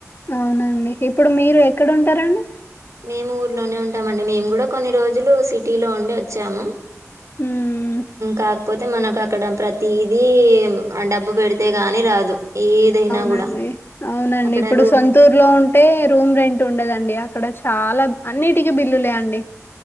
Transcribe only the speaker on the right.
మేము ఊర్లోనే ఉంటామండి మేము కూడా కొన్ని రోజులు సిటీలో ఉండి వచ్చాము
కాకపోతే మనకు అక్కడ ప్రతీదీ డబ్బు పెడితే గాని రాదు ఏదైనా
కూడా
అక్కడ
రూ